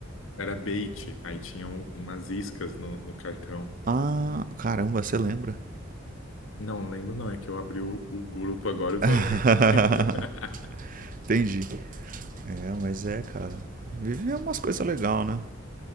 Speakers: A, on the left; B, on the right.
A: Era bait, aí tinham umas iscas no, no cartão.
B: Ah, caramba, você lembra?
A: Não lembro não, é que eu abri o, o grupo agora, eu tô
B: <laughs>
A: vendo. <laughs>
B: Entendi. É, mas é, cara. Viver é umas coisas legais, né?